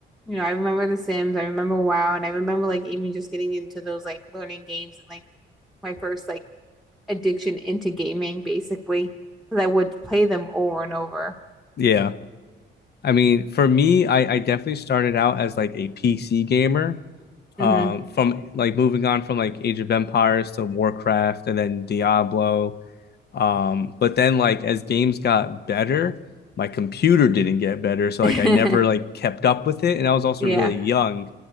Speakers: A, in the centre; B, on the left.
A: you know, I remember The Sims, I remember WoW, and I remember like even just getting into those like learning games and like my first like addiction into gaming, basically, because I would play them over and over.
B: Yeah. I mean, for me, I, I definitely started out as like a PC gamer.
A: hmm
B: Um, from like moving on from like Age of Empires to Warcraft and then Diablo Um, but then like as games got better, my computer didn't get better, so
A: <laughs>
B: like I never like kept up with it, and I was also
A: Yeah,
B: really young.